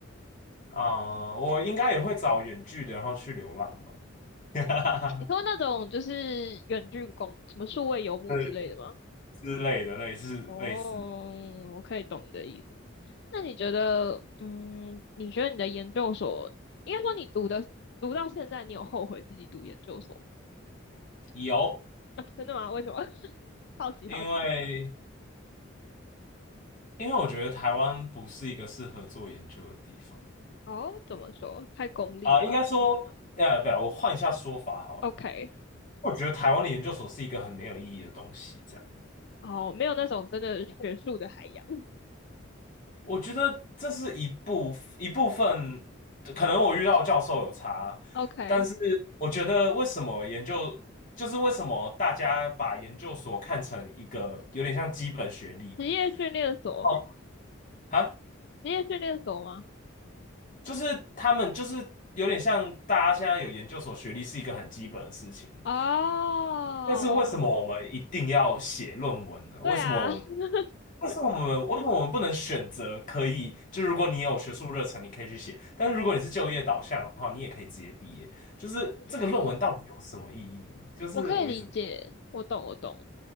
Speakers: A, on the left; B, on the left.
A: 啊，我应该也会找远距的，然后去流浪吧，<laughs>
B: 你说那种就是远距工，什么数位游牧之类的吗？
A: 对之类的，类似类似
B: 哦，我可以懂你的意思。那你觉得，嗯，你觉得你的研究所，应该说你读的读到现在，你有后悔自己读研究所
A: 有，
B: 吗？<laughs> 真的吗？为什么？<laughs> 好奇好奇。
A: 因为因为我觉得台湾不是一个适合做研究的地方
B: 哦，怎么说？太功利吗
A: 啊，应该说，呃，不，我换一下说法好了，
B: ？OK，
A: 我觉得台湾的研究所是一个很没有意义的东西，这样。
B: 哦，没有那种真的学术的海洋。
A: 我觉得这是一部一部分，可能我遇到的教授有差，
B: OK，
A: 但是我觉得为什么研究，就是为什么大家把研究所看成一个有点像基本学历
B: 职业训练所，
A: 哦啊，
B: 职业训练所吗？
A: 就是他们就是有点像大家现在有研究所学历是一个很基本的事情，
B: 哦，
A: 但是为什么我们一定要写论文呢？
B: 嗯对啊，
A: 为什么我们
B: <laughs>
A: 为什么我们为什么我们不能选择可以？就如果你有学术热忱，你可以去写；但是如果你是就业导向的话，你也可以直接毕业。就是这个论文到底有什么意义？
B: 嗯嗯
A: 就是我一直
B: 我可以理解，我懂，我懂。